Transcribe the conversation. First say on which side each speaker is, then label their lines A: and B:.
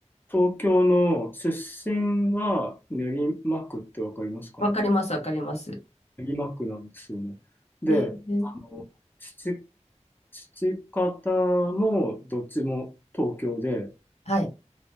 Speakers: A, on the left; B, on the left.
A: 東京の出身は練馬区ってわかりますかね。
B: わかります、わかります。
A: 練馬区なんですよね。で、
B: えー、
A: あの、父、父方もどっちも東京で、
B: はい。